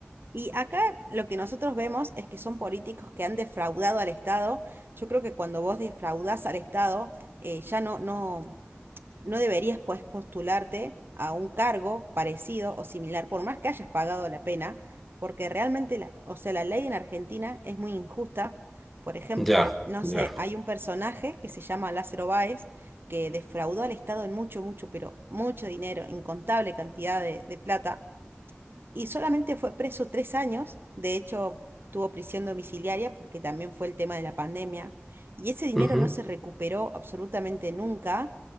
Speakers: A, on the right; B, in the centre.
A: Y acá lo que nosotros vemos es que son políticos que han defraudado al Estado. Yo creo que cuando vos defraudás al Estado, eh, ya no, no. no deberías pues postularte a un cargo parecido o similar, por más que hayas pagado la pena, porque realmente, la, o sea, la ley en Argentina es muy injusta. Por ejemplo,
B: Ya,
A: no
B: ya.
A: sé, hay un personaje que se llama Lázaro Báez, que defraudó al Estado en mucho, mucho, pero mucho dinero, incontable cantidad de, de plata y solamente fue preso tres años, de hecho tuvo prisión domiciliaria porque también fue el tema de la pandemia, y ese dinero
B: ujú,
A: no se recuperó absolutamente nunca,